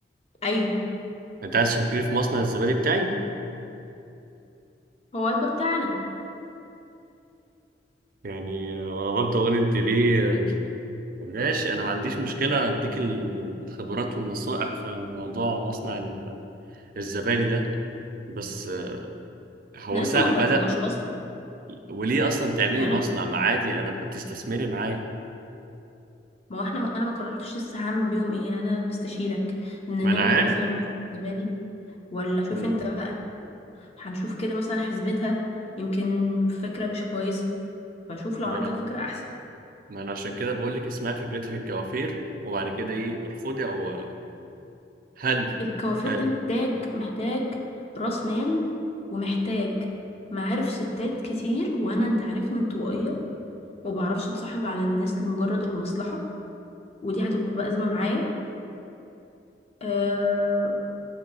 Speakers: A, on the left (about 35°); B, on the right (about 50°).
A: ايوه
B: انت عايز تشاركيني في مصنع الزبادي بتاعي
A: هو هيبقى بتاعنا
B: يعني آه، وانا برضه اقول انت ليه آه، ماشي انا ما عنديش مشكله اديك ال- الخبرات والنصائح في موضوع مصنع ال- الزبادي ده بس آه، هو
A: احنا
B: سا
A: لسه ما قررناش
B: بدأت
A: اصلا
B: وليه اصلا تعملي
A: يعني
B: مصنع ما عادي انا ما تستثمري معايا
A: ما هو احنا ما انا ما قررتش لسه هعمل بيهم ايه انا بستشيرك ان
B: ما
A: نعمل
B: انا عارف
A: مثلا بصمه زبادي ولا شوف
B: مم.
A: انت بقى هنشوف كده مثلا حسبتها يمكن فكره مش كويسه فشوف لو
B: ما
A: عندك
B: انا
A: فكره احسن
B: ما انا عشان كده بقول لك اسمها فكرتي في الكوافير وبعد كده ايه ارفضي او آه، هل
A: الكوافير
B: هل
A: ده محتاج محتاج راس مال ومحتاج معارف ستات كتير وانا انت عارفني انطوائيه وبعرفش اتصاحب على الناس لمجرد المصلحه ودي هتبقى ازمه معايا أه